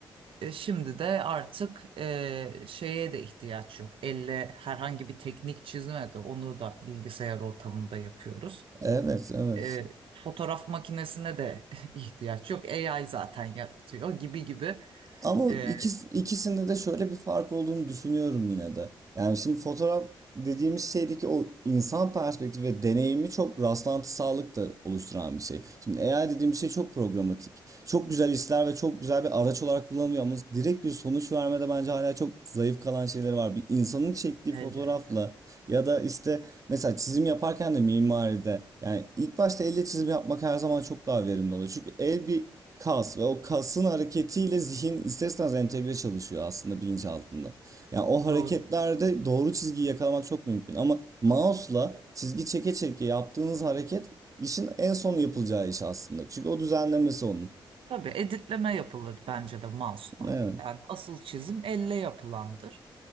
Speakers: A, on the right; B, on the right.
A: E, şimdi de artık e, şeye de ihtiyaç yok. Elle herhangi bir teknik çizme de onu da bilgisayar ortamında yapıyoruz.
B: Evet, evet.
A: E, fotoğraf makinesine de <laughs> ihtiyaç yok. AI zaten yaratıyor gibi gibi.
B: Ama
A: E,
B: ikis, ikisinde de şöyle bir fark olduğunu düşünüyorum yine de. Yani şimdi fotoğraf dediğimiz şeydeki o insan perspektifi ve deneyimi çok rastlantısallık da oluşturan bir şey. Şimdi AI dediğim şey çok programatik. Çok güzel işler ve çok güzel bir araç olarak kullanılıyor ama direkt bir sonuç vermede bence hala çok zayıf kalan şeyleri var. Bir insanın çektiği
A: elbette.
B: fotoğrafla ya da işte mesela çizim yaparken de mimaride yani ilk başta elle çizim yapmak her zaman çok daha verimli oluyor. Çünkü el bir kas ve o kasın hareketiyle zihin isterseniz entegre çalışıyor aslında bilinçaltında. Yani o hareketlerde
A: Doğru.
B: doğru çizgiyi yakalamak çok mümkün ama mouse'la çizgi çeke çeke yaptığınız hareket işin en son yapılacağı iş aslında. Çünkü o düzenlemesi onun.
A: Tabii editleme yapılır bence de mouse'la.
B: Evet.
A: Yani asıl çizim elle yapılandır.